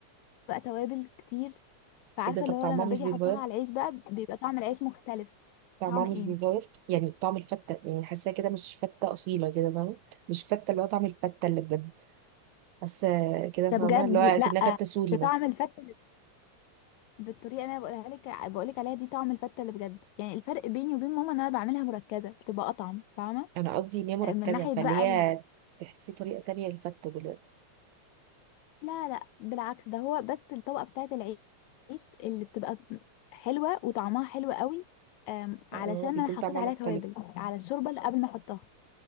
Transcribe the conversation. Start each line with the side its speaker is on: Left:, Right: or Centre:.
Left: بقى توابل كتير فعارفه
Right: ايه ده طب
Left: اللي
Right: طعمها
Left: هو لما
Right: مش
Left: باجي
Right: بيتغير
Left: احطها على العيش بقى بيبقى طعم العيش مختلف
Right: طعمها
Left: طعم
Right: مش
Left: ايه
Right: بيتغير يعني طعم الفتة يعني حاساها كده مش فتة أصيلة كده فاهمة مش فتة اللي هو طعم الفتة اللي بجد حاسة كده
Left: ده
Right: فاهمة
Left: بجد
Right: اللي هو
Left: لا
Right: كأنها فتة سوري
Left: ده
Right: مثلا
Left: طعم الفتة بالطريقه اللي انا بقولها لك بقول لك عليها دي طعم الفته اللي بجد يعني الفرق بيني وبين ماما ان انا بعملها مركزه بتبقى اطعم فاهمه
Right: أنا قصدي إن هي مركزة
Left: آه، من ناحيه
Right: فاللي
Left: بقى
Right: هي
Left: ال...
Right: تحسي طريقة تانية للفتة دلوقتي
Left: لا لا بالعكس ده هو بس الطبقه بتاعه العيش اللي بتبقى حلوه وطعمها حلو قوي آم، علشان
Right: اه بيكون
Left: انا حطيت
Right: طعمها
Left: عليها
Right: مختلف
Left: توابل على الشوربه اللي قبل ما احطها